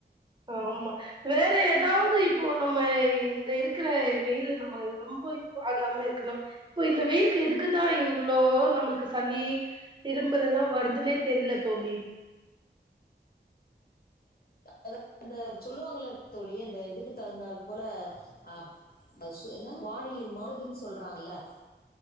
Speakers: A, on the right; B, on the left.
A: ஆமா வேற ஏதாவது போ நம்ம இந்த இருக்கிற வெயில நம்ம ரொம்ப இது ஆகாம இருக்கணும் இப்போ இந்த வெயிலுக்கு எதுக்குதான் இல்லோ நம்மளுக்கு சளி இரும்பல் எல்லாம் வருதுன்னே தெரியல தோழி
B: அதாவ அந்த சொல்லுவாங்கள தோழி அந்த இதுக்கு தகுந்தால் போல அஹ் என்ன வானிலை மாறுதுன்னு சொல்றாங்களய